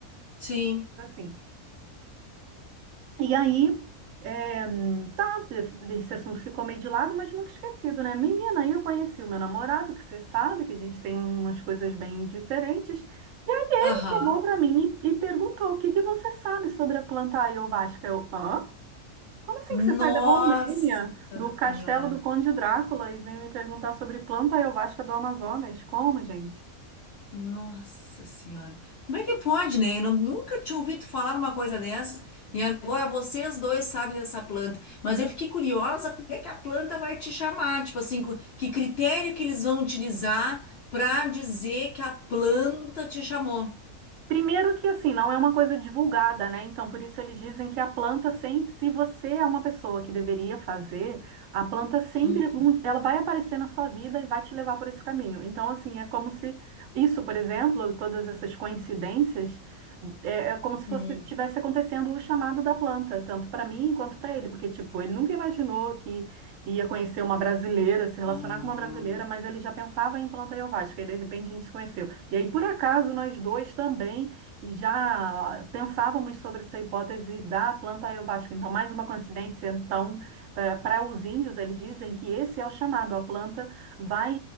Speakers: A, on the left; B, on the right.
A: Sim,
B: assim. E aí, é, tá, esse assunto ficou meio de lado, mas nunca esquecido, né? Menina, aí eu conheci o meu namorado, que você sabe que a gente tem umas coisas bem diferentes. E aí ele
A: aham.
B: chegou para mim e, e perguntou: o que que você sabe sobre a planta ayovasca? Eu, hã? Como assim
A: Nossa
B: que você sai da Romênia, do castelo
A: Senhora.
B: do Conde Drácula, e vem me perguntar sobre planta ayovasca do Amazonas? Como, gente?
A: Nossa Senhora. Como é que pode, né? Eu não- nunca tinha ouvido falar numa coisa dessa e agora vocês dois sabem dessa planta. Mas eu fiquei curiosa como é que a planta vai te chamar. Tipo assim, co- que critério que eles vão utilizar para dizer que a planta te chamou?
B: Primeiro que assim, não é uma coisa divulgada, né? Então, por isso eles dizem que a planta sempre, se você é uma pessoa que deveria fazer, a planta sempre,
A: Hum,
B: um- ela vai aparecer na sua vida e vai te levar por esse caminho. Então, assim, é como se isso, por exemplo, todas essas coincidências, é, é como se
A: hum.
B: fosse tivesse acontecendo o chamado da planta, tanto para mim quanto para ele, porque tipo, ele nunca imaginou que ia conhecer uma brasileira, se relacionar
A: Ah.
B: com uma brasileira, mas ele já pensava em planta ayahuasca e de repente a gente se conheceu. E aí, por acaso, nós dois também já pensávamos sobre essa hipótese da planta ayahuasca. Então, mais uma coincidência. Então, para os índios, eles dizem que esse é o chamado. A planta vai,